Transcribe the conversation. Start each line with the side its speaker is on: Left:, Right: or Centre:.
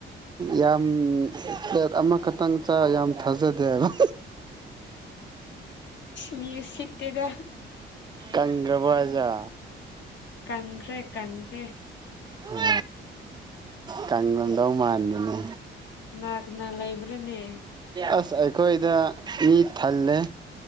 Right: ꯌꯥꯝ ꯄ꯭ꯂꯦꯠ ꯑꯃꯈꯛꯇꯪ ꯆ ꯌꯥꯝ ꯊꯥꯖꯗꯦ ꯍꯥꯏꯕ
Left: ꯃꯤꯌꯨꯁꯤꯠꯇꯦꯗ
Right: ꯀꯪꯈ꯭ꯔꯕꯖꯥ
Left: ꯀꯪ꯭ꯔꯦ ꯀꯪ꯭ꯔꯦ
Right: ꯎꯝ ꯀꯉꯝꯗꯧ ꯃꯥꯟꯗꯅꯦ
Left: ꯅꯥ ꯀꯅꯥ ꯂꯩꯕ꯭ꯔꯥꯅꯦ
Right: ꯑꯁ ꯑꯩꯈꯣꯏꯗ ꯃꯤ ꯊꯜꯂꯦ